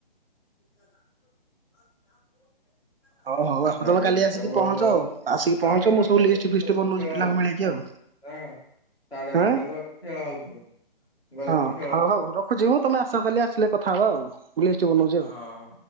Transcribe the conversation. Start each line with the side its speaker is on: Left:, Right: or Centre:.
Centre: <inaudible> ସାଢେ ପାଞ୍ଚଟା ପହଞ୍ଚିଲା ବେଳକୁ ଆଉ
Right: ହଉ ହଉ
Centre: ତ
Right: ତମେ କାଲି
Centre: ସାଢେ
Right: ଆସିକି ପହଞ୍ଚ
Centre: ପାଞ୍ଚଟା
Right: ଆଉ
Centre: ପହଞ୍ଚିଲା
Right: ଆସିକି
Centre: ବେଳକୁ
Right: ପହଞ୍ଚ ମୁଁ ସବୁ
Centre: ତ
Right: ଲିଷ୍ଟ ଫିଷ୍ଟ
Centre: ଖେଳ
Right: ବନଉଛି
Centre: ହଉଛି।
Right: ପିଲାଙ୍କୁ ମିଳେଇକି
Centre: ନାଁ
Right: ଆଉ।
Centre: କଣ ସାଢେ ପାଞ୍ଚଟା
Right: ହଁ
Centre: ବେଲକୁ ଖେଳ ହଉଥିବ। ଗଲେ
Right: ହଁ
Centre: ପୁଣି ଖେଳ
Right: ହଉ
Centre: ହବ
Right: ହଉ ରଖୁଛି ମୁଁ ତମେ ଆସ କାଲି ଆସିଲେ କଥା ହବା ଆଉ। ମୁଁ ଲିଷ୍ଟ ବନଉଛି ଆଉ।
Centre: ହଁ ହଁ